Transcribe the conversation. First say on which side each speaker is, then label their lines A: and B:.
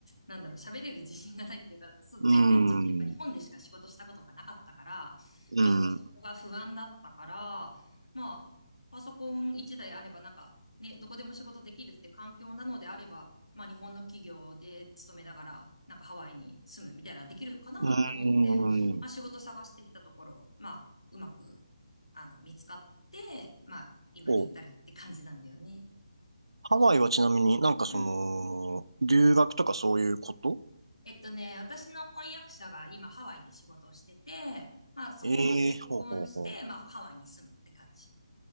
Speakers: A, on the left; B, on the right.
A: なんだろう、喋れる自信がないっていうか、そう、
B: うん、
A: 全然ちょっとやっぱ日本でしか仕事したことがなかったから、
B: うん。
A: ちょっとそこが不安だったから、まあ、パソコン一台あればなんかね、どこでも仕事できるって環境なのであれば、まあ日本の企業で勤めながら、なんかハワイに住むみたいなのできるかなと思って、
B: うーん。
A: まあ仕事探してみたところ、まあうまく、あの、見つかって、まあ今に至るって感じなんだよね。
B: お、ハワイはちなみになんかその、
A: うん。
B: 留学とかそういうこと
A: えっとね、私の婚約者が今ハワイで仕事をしてて、まあそこも結婚して、
B: ええー、ほうほうほう。
A: まあハワイに住むって感じ。